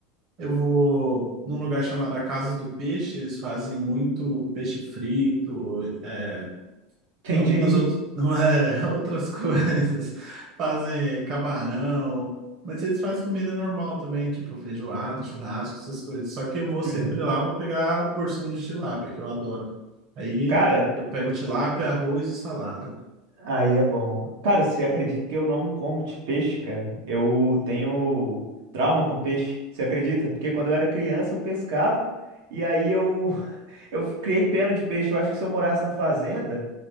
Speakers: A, on the right (about 45°); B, on the right (about 80°).
A: Eu vou num lugar chamado A Casa do Peixe, eles fazem muito peixe frito, é,
B: Quem
A: Algumas
B: diria?
A: outras, não é, <laughs> outras coisas. Fazem camarão, mas eles fazem comida normal também, tipo feijoada, churrasco, essas coisas. Só que eu vou sempre
B: Uhum.
A: lá para pegar a porção de tilápia, que eu adoro. Aí
B: Cara,
A: eh, eu pego tilápia, arroz e salada.
B: Aí é bom. Cara, você acredita que eu não como de peixe, cara? Eu tenho trauma com peixe, você acredita? Porque quando eu era criança eu pescava e aí eu, <laughs> eu criei pena de peixe. Eu acho que se eu morasse na fazenda,